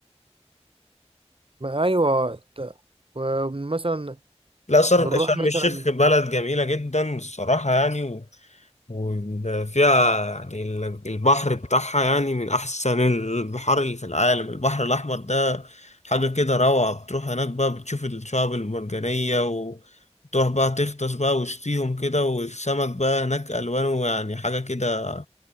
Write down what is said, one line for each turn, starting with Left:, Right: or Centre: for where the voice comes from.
Right: ما ايوه ت- ومثلا
Left: لا صر-
Right: بنروح
Left: شرم
Right: مثلا
Left: الشيخ بلد جميلة جدا الصراحة يعني وفيها يعني البحر بتاعها يعني من أحسن البحار اللي في العالم البحر الأحمر ده حاجة كده روعة بتروح هناك بقى بتشوف الشعاب المرجانية وتروح بقى تغطس بقى وسطيهم كده والسمك بقى هناك ألوانه يعني حاجة كده